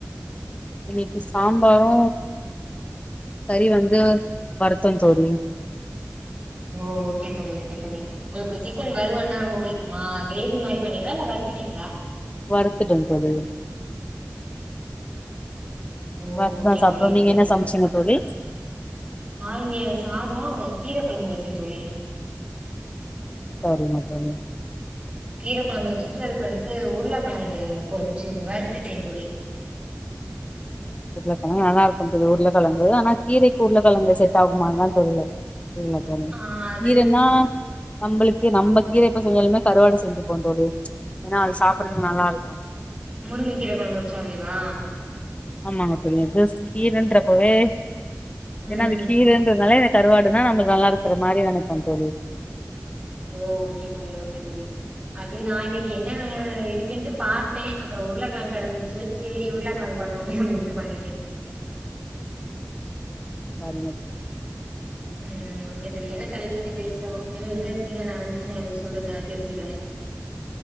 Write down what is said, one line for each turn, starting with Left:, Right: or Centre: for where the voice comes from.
Left: இன்னக்கி சாம்பாரு கறி வந்து வருத்தோ தோழி
Right: ஓ ஓகே தோழி ஓகே தோழி உங்குளுக்கு சிக்கன் வருவள்னா ரொம்ப புடிக்குமா கிரேவி மாரி பண்ணிங்களா இல்ல வருத்துட்டீங்களா
Left: வருத்துட்ட தோழி
Right: ஓ
Left: வறுத்துதா
Right: ஓகே
Left: சாப்டோ
Right: தோழி
Left: நீங்க
Right: ஓகே
Left: என்ன
Right: தோழி
Left: சமச்சிங்க தோழி
Right: நா இங்க சாதோ கீர கொழம்பு வச்ச தோழி
Left: சரிங்க தோழி
Right: கீர கொழம்பு வச்சுட்டு அதுக்கடுத்து உருளக்கெழங்கு பொரிச்சி வருத்துட்ட தோழி
Left: உருளைக்கழங்கு நல்லாருக்கு தோழி உருளக்கெழங்கு ஆனா கீரக்கி உருளக்கெழங்கு செட் ஆகுமானுதா தெர்ல தொன
Right: ஆ அது
Left: இருனா நம்புளுக்கு நம்ப கீர எப்ப செஞ்சாலுமே கருவாடு செஞ்சுபோ தோழி ஏனா அது சாப்புறதுக்கு நல்லாருக்கு
Right: முருங்க கீர கொழம்பு வச்சாவேவா
Left: ஆமாங்க தோழி ஜஸ்ட் கீரன்றப்பவே ஏனா
Right: ம்
Left: அது
Right: ம்
Left: கீரன் ன்ரதுனால என கருவாடு நா நம்மளுக்கு நல்லா இருக்ற மாரி நெனைப்ப தோழி
Right: ஓ ஓகே தோழி ஓகே தோழி அது நா இன்னைக்கி என்னா இருக்குன்ட்டு பாத்த அப்பறோ உருளக்கெழங்கு கெடந்துச்சு சேரி உருளக்கெழங்கு பண்ணுவோமே அப்டின்ட்டு பண்ணின்டே
Left: சரிங்க தோழி
Right: ம் ஓகே தோழி என்ன தலைப் பத்தி பேசுவோ எது இன்ட்ரஸ்டிங்கா நடந்துச்சுனா எதுவு சொல்லுங்க தெரிஞ்சுக்கிற